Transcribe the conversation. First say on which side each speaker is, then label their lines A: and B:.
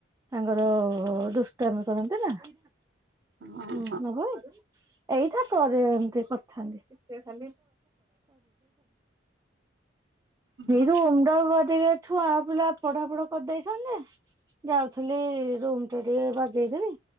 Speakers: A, on the right; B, on the right.
A: ତାଙ୍କର ଦୁଷ୍ଟର୍ମ କରନ୍ତି ସେ
B: ହଁ ହଁ
A: ହୁଁ ନଗଏ ଏଇଟା ତରେ ଏମତି କରିଥାନ୍ତି ଏଇ
B: ହଁ
A: ରୁ ଓମଟା ବଟ ଛୁଆ ପିଲା ପଢାପଢା କରିଦେଇଛନ୍ତି ଯାଉଥିଲି ରୁମ ଟା ଟିକେ ବାଜେଇଦେବି